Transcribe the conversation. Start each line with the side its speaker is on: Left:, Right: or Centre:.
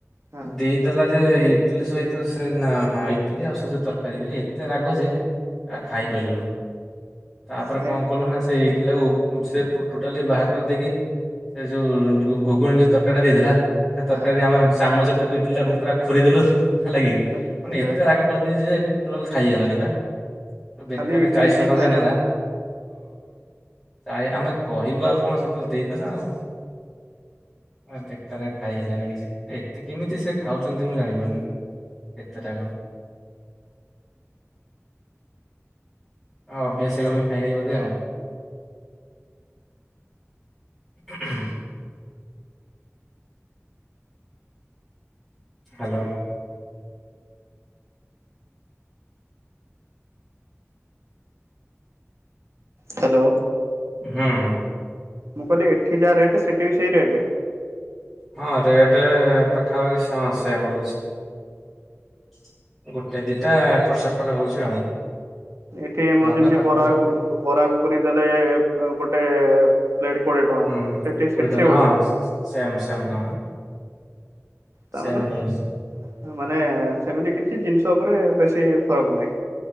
Right: ହଁ
Centre: ଦେଇ ଦେେଲା ଯେ ଇଟିଲି ସହିତ ସେ ହଁ ଇଟିଲି ଆଉ ସେ ଯୋଉ ତରକାରୀ ଏତେ ରାଗ ଯେ ଆ ଖାଇପାରିଲୁନୁ। ତାପରେ
Right: ସେ
Centre: କଣ କଲୁ ନା ସେ ଏଇଟ ଲ ସେ ଟୋଟାଲି ବାହାର ଦେଇକି ସେ ଯୋଉ ଘୁଗୁଣ ଯୋଉ ତରକାରୀ ଟା ଦେଇଥିଲା ସେ
Right: ହଁ
Centre: ତରକାରୀ ଆମେ ଚ ତାକୁ ଇଟିଲିଟାକୁ ପୁରା ଖୋରିଦ ଦେଲୁ ହେ ଲାଗି
Right: ଆଚ୍ଛା
Centre: ମାନେ ଏତେ ରାଗ କରିଦେଛି ଯେ ଟଲ ଖାଇଗଲାନି ବା। ବେକାରରେ
Right: ଖାଲି ଇଟିଲି
Centre: ଚାଳିଶ ଟଙ୍କା
Right: କି ଖାଇଲ
Centre: ଲେଖା ନେଲା ହଁଳି ଆମେ କହିବା ଆଉ କଣ ସତ ଦେଇଦେଲା ଆଉ। ଆ ବେ ଖାଇ ହେଲଣିି କିଛି ଏତେ କେମିତି ସେ ଖାଉଛନ୍ତି ମୁଁ ଜାଣିପାରୁନି। <unintelligible>
Right: <unintelligible>
Centre: ଅଭ୍ୟାସ ହେଇଗଲେଣିି ଖାଇ ଖାଇ ବୋଧେ ଆଉ। <inaudible> ହ୍ୟାଲୋ।
Right: ହ୍ୟାଲୋ।
Centre: ହୁଁ।
Right: ମୁଁ କହିଲି ଏଠି ଯାହା ରେଟ୍ ସେଠି ବି ସେଇ ରେଟ୍?
Centre: ହଁ ରେଟ ପାଖାପାଖି ହଁ ସେମ ରହୁଛି। ଗୋଟେ ଦିଟା ଏପଟ ସେପଟ ହଉଛି ଆଉ।
Right: ଏଠି ଆମର
Centre: ନହେଲେ
Right: ଯେମିତି
Centre: ପାଖାପାଖି
Right: ବରା ବ ବରା ଘୁକୁନି ଦେଲେ। ଗୋଟେ ପ୍ଲେଟ କୋଡ଼ିଏ ଟଙ୍କା
Centre: ହୁଁ କୋଡିଏ
Right: ସେଠି ସେଠି
Centre: ଟଙ୍କା
Right: ସେଇଭଳିଆ
Centre: ହଁ ସେମ ସେମ ହଁ।
Right: ତାମାନେ
Centre: ସେମ
Right: ମାନେ
Centre: ରହୁ
Right: ମାନେ ସେମିତି କିଛି ଜିନିଷ ଉପରେ ବେଶୀ ଫରକ ନାହିଁ।